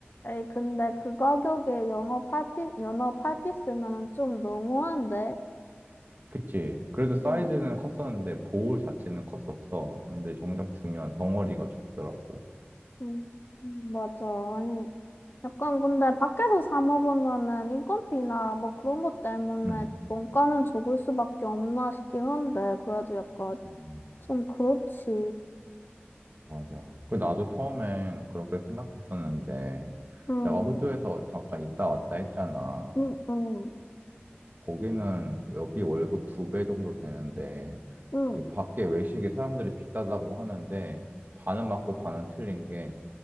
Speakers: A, on the left; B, on the right.
A: 에이, 근데 그 가격에 영어 팔피 연어 8피 스면은 좀 너무한데?
B: 그치. 그래도 사이즈는
A: 응,
B: 컸었는데 볼 자체는 컸었어. 근데 정작 중요한 덩어리가 적더라고.
A: 음, 맞아. 아니, 약간 근데 밖에서 사 먹으면은 인건비나 뭐 그런 것 때문에
B: 응.
A: 원가는 적을 수밖에 없나 싶긴 한데, 그래도 약간
B: 음,
A: 좀 그렇지.
B: 맞아. 그 나도 처음엔 그렇게 생각했었는데
A: 응
B: 내가 호주에서 잠깐 있다 왔다 했잖아.
A: 응 응
B: 거기는 여기 월급 두 배 정도 되는데
A: 응
B: 이 밖에 외식이 사람들이 비싸다고 하는데 반은 맞고 반은 틀린 게